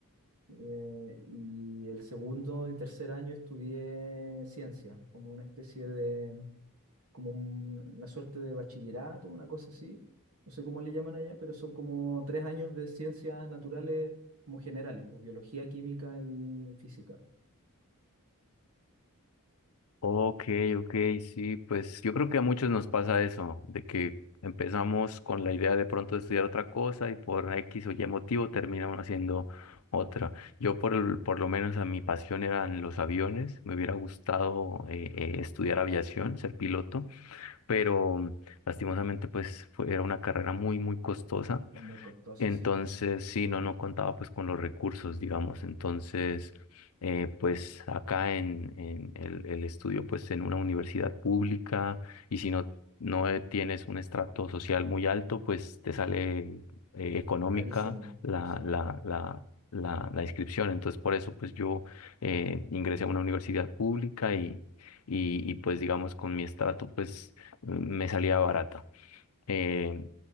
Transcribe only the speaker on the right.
eh, y el segundo y tercer año estudié ciencia, como una especie de, como un- una suerte de bachillerato, una cosa así. No sé cómo le llaman allá, pero son como tres años de ciencias naturales como generales, pues biología, química y física.
Es muy costoso,
sí, pues,
carísimo,
sí.